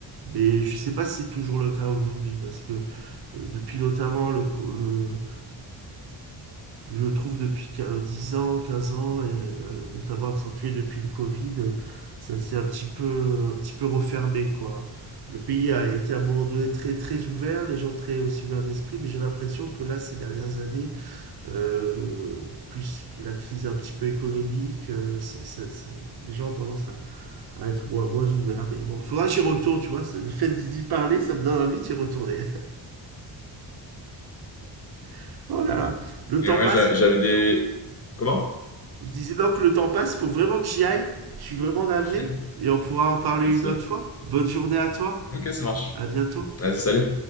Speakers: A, on the right (about 55°); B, on the left (about 35°).
A: Mais je sais pas si c'est toujours le cas aujourd'hui, parce que euh, depuis notamment le, co- le- Je trouve depuis quin- 10 ans, 15 ans, et euh, notamment accentué depuis le Covid, euh, ça s'est un petit peu, un petit peu refermé, quoi. Le pays a été à un moment donné très, très ouvert, les gens très aussi ouverts d'esprit, mais j'ai l'impression que là, ces dernières années, euh, plus la crise un petit peu économique, euh, c'est, ça- ça- les gens ont tendance à, à être moins, moins ouvert. Mais bon, il faudra que j'y retourne, tu vois. Le fait d'y parler, ça me donne envie d'y retourner. <laughs> oh là là. Le
B: Et
A: temps
B: ouais,
A: passe.
B: j'a- j'avais des... Comment?
A: Je disais donc que le temps passe, faut vraiment que j'y aille. Je suis vraiment navré.
B: <laughs>
A: Et on pourra en parler
B: Vas-y, vas-y.
A: une autre fois. Bonne journée à toi.
B: Ok, ça marche.
A: À bientôt.
B: Vas-y, salut.